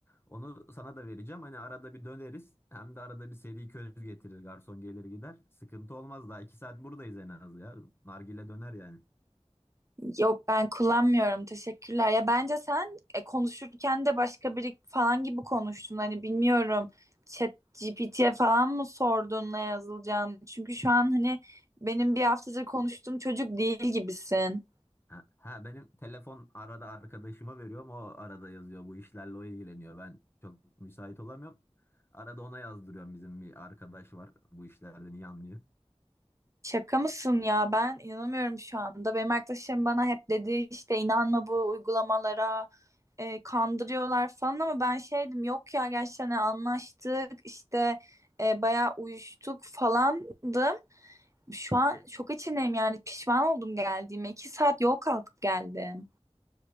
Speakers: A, on the left; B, on the right.
A: Onu sana da vereceğim. Hani arada bir döneriz. Hem de arada bir seri köz getirir. Garson gelir gider. Sıkıntı olmaz. Daha iki saat buradayız en az ya. Nargile döner yani.
B: Yok ben kullanmıyorum. Teşekkürler. Ya bence sen e, konuşurken de başka biri falan gibi konuştun. Hani bilmiyorum. Chat GPT'ye falan mı sordun ne yazılacağını? Çünkü şu an hani benim bir haftadır konuştuğum çocuk değil gibisin.
A: Ha, ha, benim telefon arada arkadaşıma veriyorum. O arada yazıyor. Bu işlerle o ilgileniyor. Ben çok müsait olamıyorum. Arada ona yazdırıyorum. Bizim bir arkadaş var. Bu işlerden iyi anlıyor.
B: Şaka mısın ya? Ben inanamıyorum şu anda. Benim arkadaşlarım bana hep dedi işte inanma bu uygulamalara. e, kandırıyorlar falan ama ben şeydim yok ya gerçekten hani anlaştık işte e, bayağı uyuştuk falandım. Şu an şok içindeyim yani pişman oldum geldiğime. İki saat yol kalkıp geldim.